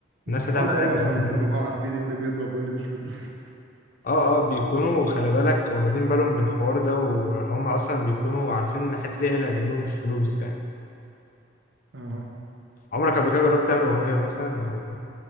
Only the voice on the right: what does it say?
الحوار
بقى من
بعد ما بقى عارفين ايه اللي بيضرب وايه اللي مش بيضرب
<laughs> اه